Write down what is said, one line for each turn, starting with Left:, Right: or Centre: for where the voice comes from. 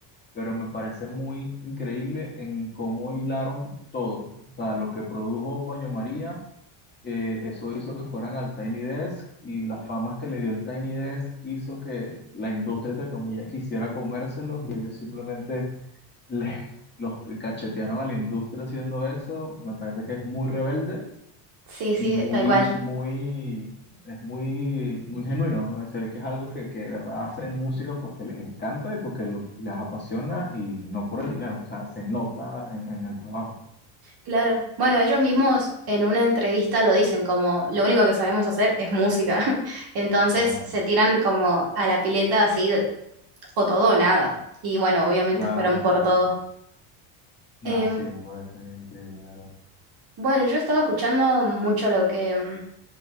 Left: pero me parece muy increíble en cómo hilaron todo, o sea, lo que produjo Baño María, eh, eso hizo que fueran al Tiny Desk y las famas que le dio el Tiny Desk hizo que la industria, entre comillas, quisiera comérselos y ellos simplemente le- <laughs> los cachetearon a la industria haciendo eso, me parece que es muy rebelde
Right: Sí, sí,
Left: y muy,
Right: tal cual.
Left: muy, es muy, muy genuino. ¿no? Se ve que es algo que, que de verdad hacen música porque les encanta y porque lo- les apasiona y no por el dinero. O sea, se nota en, en el trabajo.
Right: Claro. Bueno, ellos mismos en una entrevista lo dicen como lo único que sabemos hacer es música. <laughs> Entonces
Left: Claro,
Right: se tiran como a la pileta así, o todo o nada. Y bueno, obviamente
Left: claro,
Right: fueron
Left: claro.
Right: por todo.
Left: Nada,
Right: Em,
Left: sí, me parece increíble, de verdad.
Right: bueno, yo he estado escuchando mucho lo que, mm,